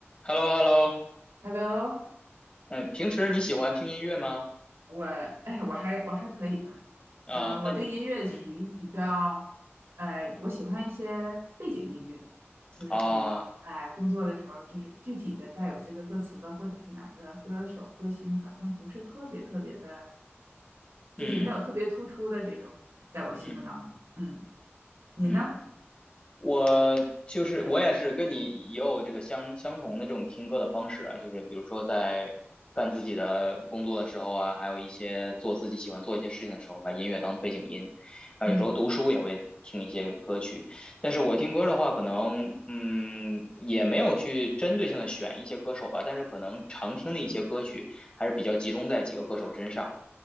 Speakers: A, on the left; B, on the right.
A: h e l l o h e l l o
B: Hello，
A: 嗯，平时你喜欢听音乐吗？
B: 我哎，我还我还可以吧。
A: 啊，
B: 嗯、
A: 那你，
B: 我对音乐属于比较，
A: 嗯，
B: 呃，我喜欢一些背景音乐，就是可能哎、
A: 啊，
B: 工作的时候，就是具体的带有这个歌词的，或者是哪个歌手歌星，好像不是特别特别的，
A: 嗯
B: 就是没有特别突出的这种，在我心目当中。
A: 嗯
B: 嗯，你呢？
A: 嗯，我就是我也是跟你也有这个相相同的这种听歌的方式啊，就是比如说在干自己的工作的时候啊，还有一些做自己喜欢做一些事情的时候，把音乐当背景音，然后有时候读书也会听一些歌曲。
B: 嗯
A: 但是我听歌的话，可能嗯也没有去针对性的选一些歌手吧，但是可能常听的一些歌曲还是比较集中在几个歌手身上，